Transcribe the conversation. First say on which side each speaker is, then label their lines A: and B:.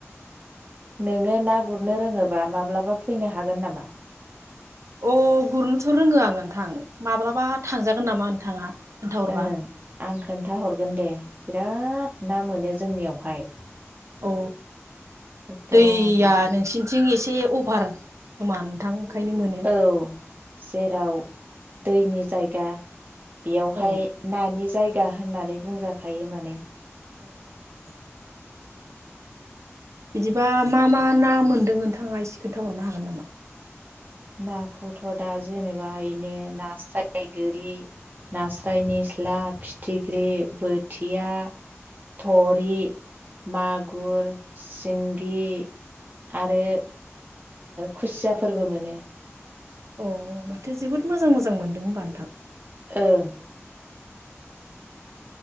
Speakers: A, on the right; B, on the right.
A: नोङो ना गुरनो रोङोबा माब्लाबा फैनो हागोन,, ! हागोन नामा?
B: अ! गुरनोथ' रोङो आं नोंथां माब्लाबा थांजागोन नामा नोंथां? खोन्थाहरोबा,,,
A: ओं आं खोन्थााहरगोन दे बिराद ना मोनो जोंनियावहाय!
B: अ!
A: एकदम
B: दैया
A: माने
B: नोंसिनिथिं एसे,, एसे अभार खोमा नोंथां? ओंखायनो मोनो
A: औ! जेराव दैनि जायगा,, बेयावहाय
B: औ
A: नानि जायगा होननानै बुंजाखायो माने,,,
B: <unintelligible> <inaudible> बिदिबा मा- मा ना मोनदों नोंथाङा एसे खोनन्थााहरनो हागोन नामा?
A: नाखौथ' दा जेनेबा इनो नास्राय, गोरि,, नास्राय निस्ला, फिथिख्रि, बोथिया, थरि, मागुर, सिंगि,, आरो खुसिया ओ फोरबो मोनो।
B: अ! माथो जोबोद मोजां मोजां मोनदों होनबा नोंथां।
A: ओं!